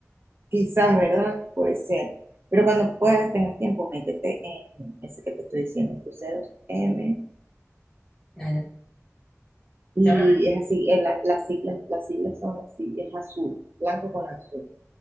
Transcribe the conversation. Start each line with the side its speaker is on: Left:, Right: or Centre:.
Right: Quizás, ¿verdad? Puede ser. Pero cuando puedas, tengas tiempo, métete en ese que te estoy diciendo, cruceros MTS.
Centre: Ya, ya.
Right: Y
Centre: Ya veo.
Right: es así, eh, la- las siglas, las siglas son así, es azul, blanco con azul.